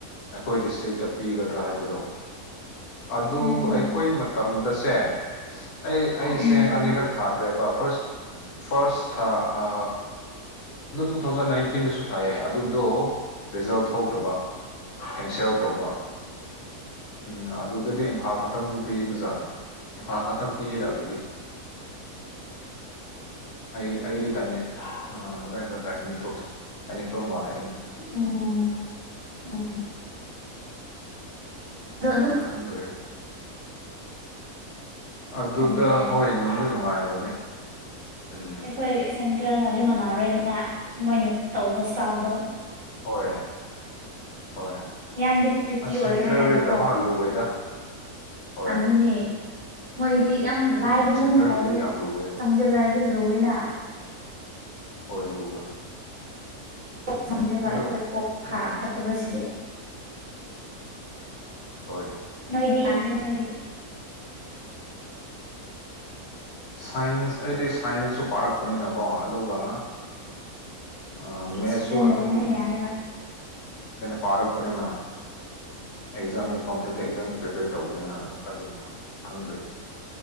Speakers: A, on the left (about 75°); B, on the right (about 55°).
A: ꯑꯩꯈꯣꯏ ꯗꯤꯁꯇ꯭ꯔꯤꯛꯇ ꯄꯤꯒꯗ꯭ꯔꯥ ꯍꯥꯏꯕꯗꯣ ꯑꯗꯨ
B: ꯎꯝ
A: ꯑꯩꯈꯣꯏ ꯃꯇꯝꯗꯁꯦ ꯑꯩ ꯑꯩꯁꯦ
B: ꯎꯝ
A: ꯑꯅꯤꯔꯛ ꯊꯥꯈ꯭ꯔꯦꯕ ꯐꯥꯔꯁ ꯐꯥꯔꯁ ꯊꯥ ꯑ ꯑꯗꯨ ꯇꯨ ꯊꯧꯖꯟ ꯅꯥꯏꯟꯇꯤꯟꯗꯁꯨ ꯊꯥꯏꯑꯦ ꯑꯗꯨꯗꯣ ꯔꯤꯖꯜꯠ ꯊꯣꯛꯇꯕ ꯀꯦꯟꯁꯦꯜ ꯇꯧꯕ ꯎꯝ ꯑꯗꯨꯗꯗꯤ ꯏꯝꯐꯥꯜ ꯈꯛꯇꯪ ꯄꯤꯕꯖꯥꯠꯅꯤ ꯏꯝꯐꯥꯜ ꯈꯛꯇꯪ ꯄꯤꯌꯦꯗ ꯑꯗꯨꯗꯤ ꯑꯩ ꯑꯩꯗꯤ ꯇꯥꯏꯅꯦ ꯑ ꯑꯗꯥꯗ ꯇꯥꯏꯅꯤ ꯇꯣꯠ ꯇꯥꯏꯅꯤꯇꯣꯠ ꯃꯥꯜꯦ
B: ꯎꯝ ꯎꯝ ꯑꯗꯣ ꯑꯗꯨꯝ
A: ꯑ ꯈꯪꯗ꯭ꯔꯦ ꯑꯗꯨꯗ
B: ꯈꯪꯗ꯭ꯔꯦ
A: ꯍꯣꯏ ꯅꯨꯡꯗꯤ ꯅꯨꯡꯉꯥꯏꯕꯅꯦ ꯎꯝ
B: ꯑꯩꯈꯣꯏ ꯁꯦꯟꯇ꯭ꯔꯦꯜꯅꯗꯤ ꯃꯅꯥꯔꯣꯏꯗꯅ ꯃꯣꯏꯅ ꯇꯧꯕ ꯏꯁꯇꯥꯥꯏꯜꯗꯣ
A: ꯍꯣꯏ ꯍꯣꯏ
B: ꯌꯥꯝꯗꯤ ꯇ꯭ꯔꯤꯛꯀꯤ
A: ꯑ ꯁꯦꯟꯇ꯭ꯔꯦꯜ
B: ꯑꯣꯏꯔꯣꯏ ꯍꯥꯏꯕꯀꯣ
A: ꯗꯤ ꯗꯃꯥ ꯂꯨꯋꯦꯗ ꯍꯣꯏ
B: ꯑꯗꯨꯅꯦ ꯃꯣꯏꯒꯤꯗꯤ ꯌꯥꯝ ꯂꯥꯏꯕꯒꯨꯝ
A: ꯎꯝ ꯁꯦꯟꯇ꯭ꯔꯦꯜꯒꯤꯗꯤ
B: ꯍꯥꯏꯔꯗꯤ
A: ꯌꯥꯝ ꯂꯨꯋꯦ
B: ꯆꯪꯁꯤꯜꯂꯔꯗꯤ ꯂꯨꯌꯦꯅ
A: ꯍꯣꯏ ꯂꯨꯕꯅꯦ
B: ꯆꯝꯗꯦꯕ
A: ꯑꯗꯨ
B: ꯑꯩꯈꯣꯏ ꯀꯣꯛ ꯐꯥꯠꯇꯕꯁꯤꯗꯤ
A: ꯎꯝ ꯍꯣꯏ
B: ꯅꯣꯏꯗꯤ ꯌꯥꯅꯤ ꯅꯣꯏꯒꯗꯤ
A: ꯁꯥꯏꯟꯁ ꯑꯩꯗꯤ ꯁꯥꯏꯟꯁꯁꯨ ꯄꯥꯔꯛꯄꯅꯤꯅꯀꯣ ꯑꯗꯨꯒ ꯑꯥ
B: ꯑꯦꯛꯁꯄꯤꯔꯦꯟꯁ
A: ꯃꯦꯠꯁꯁꯨ
B: ꯂꯩꯕꯅꯤꯅ
A: ꯑꯗꯨꯝ
B: ꯌꯥꯅꯤꯕ
A: ꯄꯔꯛꯄꯅꯦꯅ ꯑꯦꯛꯖꯥꯝꯒꯤ ꯀꯣꯝꯄꯤꯇꯤꯇꯤꯞ ꯑꯦꯛꯖꯥꯝꯒꯤ ꯄ꯭ꯔꯤꯄꯦꯌꯔ ꯇꯧꯕꯅꯤꯅ ꯑꯗꯨ ꯈꯔꯗꯤ ꯈꯪꯗꯦ